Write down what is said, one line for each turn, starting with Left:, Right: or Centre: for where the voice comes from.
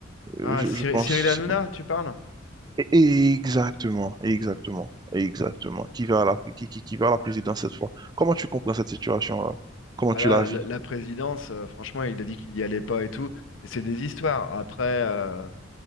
Right: Euh,
Left: Ah,
Right: je,
Left: Cyri-
Right: je pense,
Left: Cyril Hanouna,
Right: c'est bon.
Left: tu parles?
Right: Et- Exactement, exactement, exactement, qui va à la, qui, qui, qui va à la présidence cette fois. Comment tu comprends cette situation-là? Comment
Left: Bah
Right: tu
Left: là,
Right: la vis?
Left: la, la présidence, euh, franchement, il a dit qu'il y allait pas et tout, mais c'est des histoires. Après, euh,